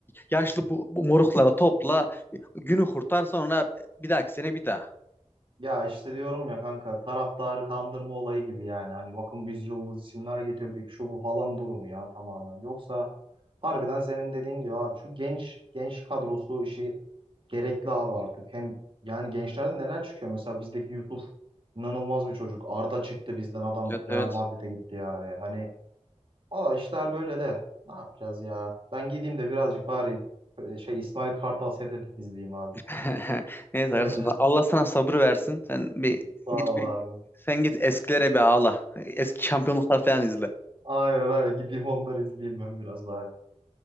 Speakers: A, on the left; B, on the right.
A: yaşlı bu, bu moruklara topla günü kurtar sonra bir dahaki sene bir daha.
B: Ya işte diyorum ya kanka taraftarı kandırma olayı gibi yani. Hani bakın biz yıldız isimler getirdik şu bu falan durumu ya tamamen. Yoksa harbiden senin dediğin gibi abi şu genç genç kadrosu işi gerekli abi artık. Hem yani gençlerden neler çıkıyor? Mesela bizdeki Yusuf inanılmaz bir çocuk. Arda çıktı bizden adam
A: Evet
B: Real
A: evet.
B: Madrid'e gitti yani. Hani valla işler böyle de ne yapacağız ya? Ben gideyim de birazcık bari e, şey İsmail Kartal sedeti izleyeyim abi.
A: <laughs> Neyse kardeşim
B: <laughs>
A: Allah sana sabrı versin. Sen bir
B: Sağ
A: git
B: ol
A: bir
B: abi.
A: sen git eskilere bir ağla. Eski şampiyonluklar falan izle.
B: Aynen aynen. Gideyim onları izleyeyim ben biraz daha.